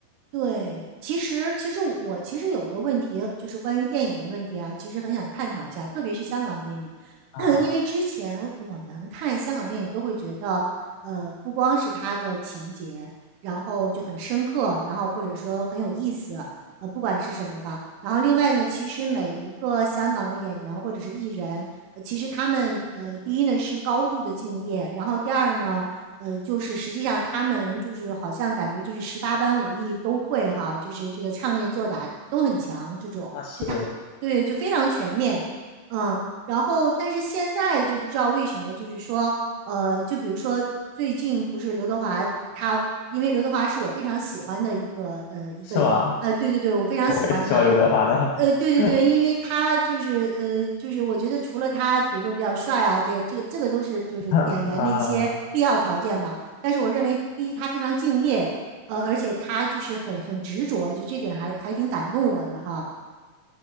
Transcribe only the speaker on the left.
啊哈，
那是
是吧？
<laughs> 我
也挺喜欢刘德华的
<laughs>
啊，